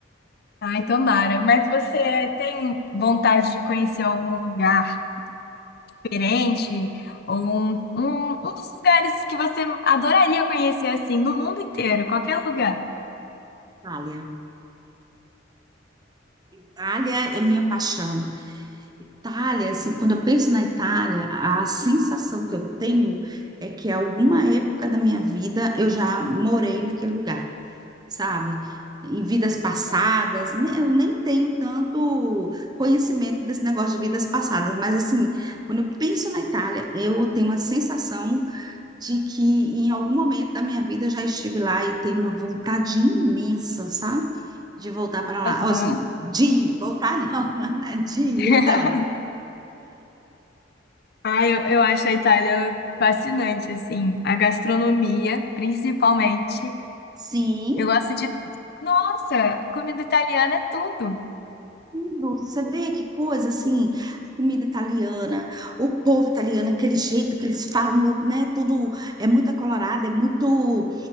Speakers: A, on the left (about 55°); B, on the right (about 20°).
A: Ai, tomara. Mas você tem vontade de conhecer algum lugar diferente? Ou um, um, um dos lugares que você adoraria conhecer, assim, no mundo inteiro, qualquer lugar?
B: Itália. Itália é minha paixão. Itália, assim, quando eu penso na Itália, a sensação que eu tenho é que alguma época da minha vida eu já morei naquele lugar. sabe? Em vidas passadas, ne- eu nem tenho tanto conhecimento desse negócio de vidas passadas, mas assim, quando eu penso na Itália, eu tenho uma sensação de que em algum momento da minha vida eu já estive lá e tenho uma vontade imensa, sabe? De voltar para lá.
A: Aham.
B: Ou, Assim, de ir, voltar não, <laughs> né? De ir
A: <laughs>
B: até lá.
A: Ai, eu, eu acho a Itália fascinante, assim. A gastronomia, principalmente.
B: Sim,
A: Eu gosto de... Nossa, comida italiana é tudo.
B: tudo. Você vê que coisa assim, a comida italiana, o povo italiano, aquele jeito que eles falam, né? Tudo é muito acolorado, é muito,